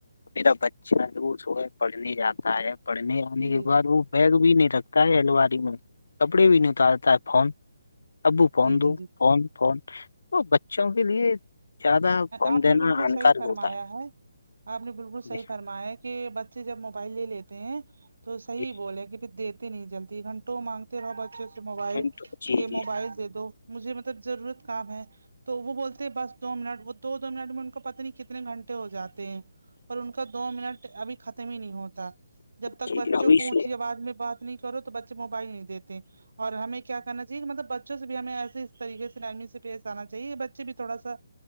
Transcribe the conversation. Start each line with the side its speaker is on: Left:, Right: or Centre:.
Left: میرا بچہ ہے وہ صبح پڑھنے جاتا ہے پڑھنے جنے
Right: جی
Left: کے
Right: جی
Left: بعد وہ بیگ بھی نہیں رکھتا ہے الماری میں کپڑے بھی نہیں اتر تا ہے فون ابو فون
Right: جی
Left: دو
Right: جی جی
Left: فون فون تو بچوں کے لیے زیادہ فون
Right: آپ
Left: دینا
Right: نے بالکل
Left: ہانکار
Right: صحیح فرمایا
Left: ہوتا
Right: ہے آپ نے بالکل
Left: ہے
Right: صحیح
Left: جی
Right: فرمایا ہے کہ بچے جب موبائل لے لیتے ہیں تو صحیح
Left: جی
Right: بولے کہ پھر دیتے نہیں جلدی گھنٹوں مانگتے رہو بچوں سے موبائل
Left: جی
Right: کہ
Left: جی
Right: موبائل دے دو مجھے مطلب ضرورت کام ہے تو وہ بولتے ہیں بس دو منٹ وہ دو دو منٹ میں ان کو پتا نہیں کتنے گھنٹے ہو جاتے ہیں پر ان کا دو منٹ ابھی ختم ہی نہیں ہوتا جب تک
Left: جی
Right: بچوں
Left: ابھی
Right: کو
Left: سے
Right: اونچی آواز میں بات نہیں کرو تو بچے موبائل نہیں دیتے اور ہمیں کیا کرنا چاہیے کہ مطلب بچوں سے بھی ہمیں ایسے طریقے سے نرمی سے پیش آنا چاہیے بچے بھی تھوڑا سا